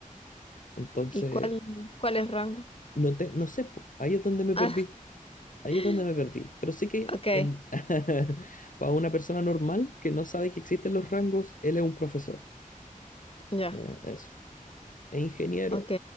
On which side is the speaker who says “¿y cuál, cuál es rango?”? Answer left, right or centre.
Left